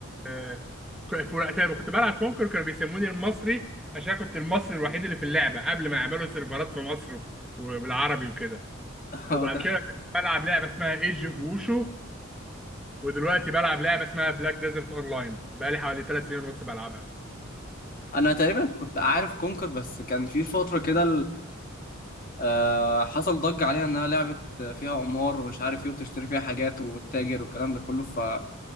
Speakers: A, in the centre; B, on the left.
A: آه، ك- في وقتها كنت بلعب كونكر كانوا بيسموني المصري عشان كنت المصري الوحيد اللي في اللعبه قبل ما يعملوا سيرفرات في مصر و- وبالعربي وكده
B: <laughs>
A: وبعد
B: ده
A: كده كنت بلعب لعبه اسمها ايج اوف ووشو ودلوقتي بلعب لعبه اسمها بلاك ديزرت اونلاين بقالي حوالي ثلاث سنين ونص بلعبها
B: انا تقريبا كنت عارف كونكر بس كان في فتره كده آه، حصل ضجة عليها إنها لعبة فيها قمار ومش عارف إيه وبتشتري فيها حاجات وتتاجر والكلام ده كله ف...